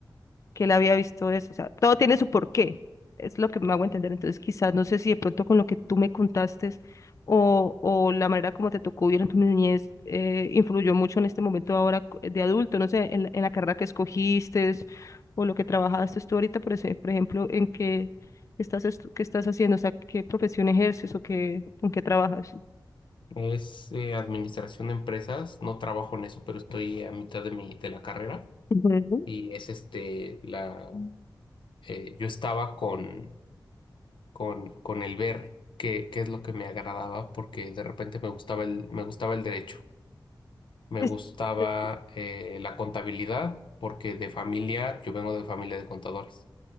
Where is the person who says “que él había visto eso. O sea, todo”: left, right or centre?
Left